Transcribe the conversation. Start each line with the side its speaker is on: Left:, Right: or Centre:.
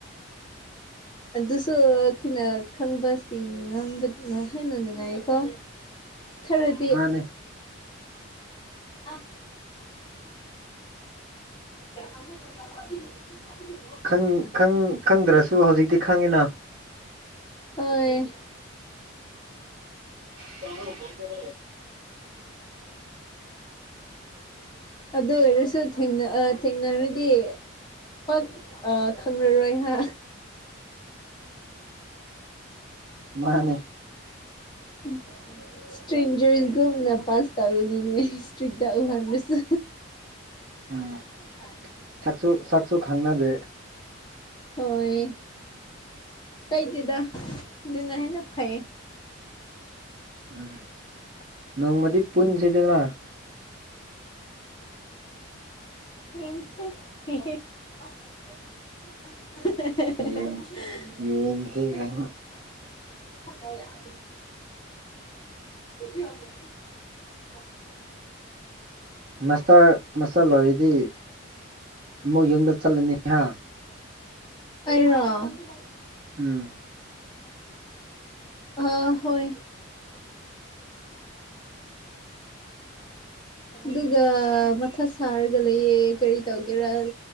Left: ꯑꯗꯨꯁꯨ ꯑꯩꯈꯣꯏꯅ ꯈꯪꯕꯁꯤꯡ ꯉꯥꯡꯕꯗꯨꯅ ꯍꯦꯟꯅ ꯅꯨꯡꯉꯥꯏꯌꯦꯀꯣ ꯈꯔꯗꯤ
Right: ꯃꯥꯅꯦ
Left: ꯑ ꯊ ꯊ <unintelligible>
Right: ꯈꯪ ꯈꯪ ꯈꯪꯗ꯭ꯔꯁꯨ ꯍꯧꯖꯤꯛꯇꯤ ꯈꯪꯉꯤꯅ
Left: ꯍꯣꯏ
Right: ꯆꯪꯣ <unintelligible>
Left: ꯑꯗꯨ ꯑꯣꯏꯔꯁꯨ ꯊꯦꯡꯅ ꯑ ꯊꯦꯡꯅꯔꯗꯤ ꯄꯛ ꯑ ꯈꯪꯅꯔꯣꯏꯍꯥ
Right: ꯃꯥꯅꯦ
Left: ꯎꯝ ꯏꯁꯇ꯭ꯔꯦꯟꯖꯔꯒꯨꯝꯅ ꯄꯥꯁ ꯇꯧꯔꯤꯅꯤꯅꯦ ꯏꯁꯇ꯭ꯔꯤꯠ ꯇ ꯎꯍꯜꯂꯁꯨ
Right: ꯎꯝ
Left: ꯑ
Right: ꯁꯛꯁꯨ ꯁꯛꯁꯨ ꯈꯪꯅꯗꯦ
Left: ꯍꯣꯏ ꯀꯩꯗꯦꯗ ꯑꯗꯨꯅ ꯍꯦꯟꯅ ꯐꯩ
Right: ꯎꯝ ꯅꯣꯡꯃꯗꯤ ꯄꯨꯟꯖꯤꯗꯅ
Left: ꯌꯦꯡꯁꯦ ꯍꯦꯍꯦ ꯍ ꯌꯥ <unintelligible>
Right: ꯌꯦꯡ ꯌꯦꯡꯁꯤ ꯀꯥꯏꯅ
Left: <inaudible>
Right: ꯃꯥꯁꯇꯔ ꯃꯥꯁꯇꯔ ꯂꯣꯏꯔꯗꯤ ꯑꯃꯨꯛ ꯌꯨꯝꯗ ꯆꯠꯂꯅꯤꯍ
Left: ꯑꯩꯔꯣ
Right: ꯎꯝ
Left: ꯑꯥ ꯍꯣꯏ ꯗꯨꯒ ꯃꯊꯥ ꯁꯥꯔꯒ ꯂꯩꯌꯦ ꯀꯔꯤ ꯇꯧꯒꯦꯔꯥ